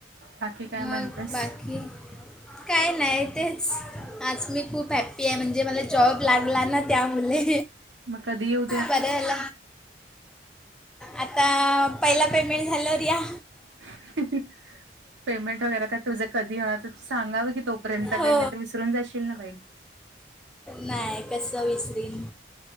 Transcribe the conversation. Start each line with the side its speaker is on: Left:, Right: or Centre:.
Right: बाकी काय
Centre: मग
Right: म्हणतेस
Centre: बाकी काय नाय तेच आज मी खूप हॅपी आहे म्हणजे मला जॉब लागला ना त्यामुले.
Right: मग कधी उ
Centre: बरं झाल आता पहिला पेमेंट झाल्यावर या
Right: <unintelligible> पेमेंट वगैेरे आता तुझ कधी होणार तर तू सांगाव की तोपर्यंत
Centre: हो
Right: काय नायतर विसरून जाशील ना बाई.
Centre: नाय कसं विसरीन